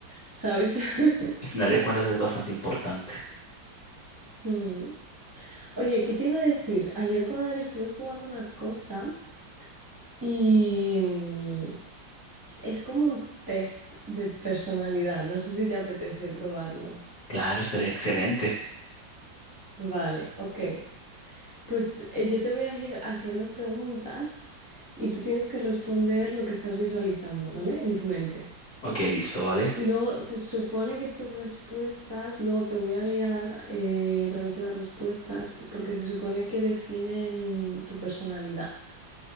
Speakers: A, on the right; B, on the left.
A: ¿Sabes? <laughs>
B: Al final de cuentas es bastante importante.
A: Mm. Oye, ¿qué te iba a decir? Ayer con Adri estuve jugando una cosa y mm, es como un test de personalidad, no sé si te apetece probarlo.
B: Claro, estaría excelente.
A: Vale, ok. Pues eh, yo te voy a ir haciendo preguntas y tú tienes que responder lo que estás visualizando, ¿vale? En tu mente.
B: Ok, listo, vale.
A: Y luego se supone que tus respuestas, luego te voy a guiar eh, a través de las respuestas, porque se supone que definen tu personalidad,